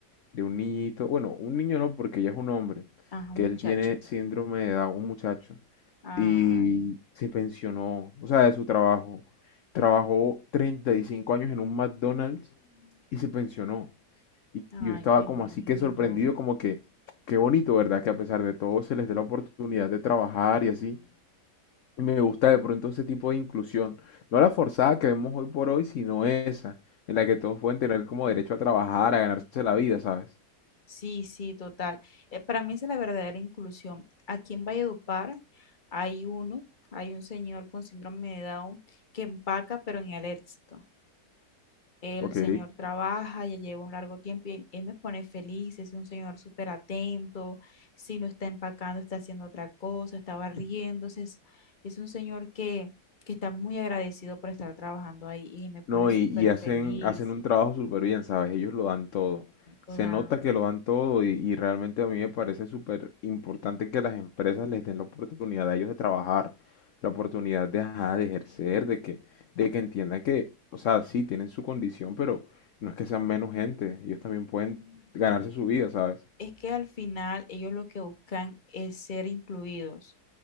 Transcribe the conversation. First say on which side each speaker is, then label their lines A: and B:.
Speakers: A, on the left; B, on the left.
A: de un niñito. Bueno, un niño no, porque ya es un hombre.
B: Ajá, un
A: Que
B: muchacho.
A: él tiene síndrome de Down, un muchacho.
B: Ay,
A: Y se pensionó, o sea, de su trabajo. Trabajó 35 años en un McDonald's y se pensionó. Y
B: ay,
A: y yo estaba
B: qué
A: como
B: lindo.
A: así que sorprendido, como que, qué bonito, ¿verdad? Que a pesar de todo se les dé la oportunidad de trabajar y así. Y Me gusta de pronto ese tipo de inclusión. No la forzada que vemos hoy por hoy, sino esa, en la que todos pueden tener como derecho a trabajar, a ganarse la vida, ¿sabes?
B: Sí, sí, total. Eh, para mí esa es la verdadera inclusión. Aquí en Valledupar hay uno, hay un señor con síndrome de Down que empaca, pero en el éxito. El
A: Ok.
B: señor trabaja, ya lleva un largo tiempo y él me pone feliz, es un señor súper atento, si no está empacando, está haciendo otra cosa, está barriéndose, es, es un señor que, que está muy agradecido por estar trabajando ahí y me pone
A: No,
B: súper
A: y, y
B: feliz.
A: hacen, hacen un trabajo súper bien, ¿sabes? Ellos lo dan todo.
B: Toda.
A: Se nota que lo dan todo y, y realmente a mí me parece súper importante que las empresas les den la oportunidad a ellos de trabajar, la oportunidad de, ajá, de ejercer, de que, de que entiendan que, o sea, sí, tienen su condición, pero no es que sean menos gente. Ellos también pueden ganarse su vida, ¿sabes?
B: es que al final ellos lo que buscan es ser incluidos.